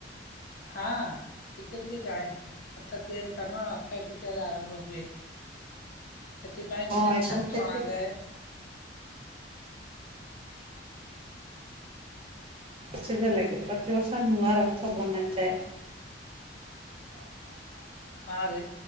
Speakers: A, on the left (about 50°); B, on the right (about 30°).
A: ହଁ। ଟିକେ ଟିକେ ଜାଣିଛି। ରଥ ତିଆରି କାମ ଅକ୍ଷୟ ତୃତୀୟା ରେ ଆରମ୍ଭ ହୁଏ। ସେଥିପାଇଁ
B: ହଁ
A: ବିଶେଷ
B: ଏବଂ
A: କାଠ
B: କେତେ
A: ଅଣାଯାଏ।
B: <unintelligible> ଲାଗେ ପ୍ରତିବର୍ଷ ନୂଆ ରଥ ବନା ଯାଏ।
A: ପାଣିରେ ଆଜି କା ହଁ ରେ